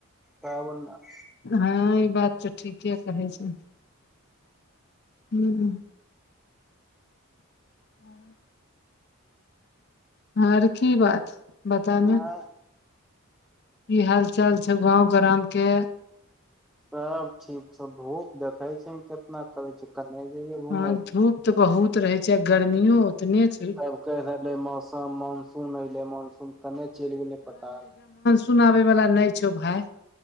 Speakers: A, in the centre; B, on the left.
A: तब ना।
B: हां ई बात तऽ ठीके कहै छी। हुं। हां। आर की बात बतामाए।
A: आँय
B: की हाल-चाल छौ गाँव ग्राम के।
A: सब ठीक छौ, धूप देखे छही केतना करे छै, कने जयै घुमेले।
B: ह धूप तऽ बहुत रहे छै आ गर्मियो ओतने छै।
A: अब कैह रहले मौसम मानसून ऐले मानसून कने चैल गेलै पता नै।
B: सुन आबै वाला नै छौ भाय,